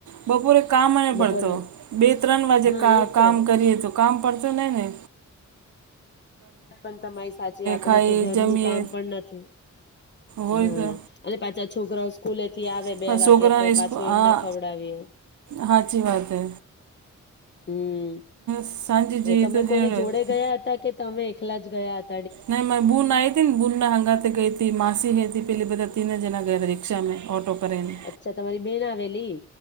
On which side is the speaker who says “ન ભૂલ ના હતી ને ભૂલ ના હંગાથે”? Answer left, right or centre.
Right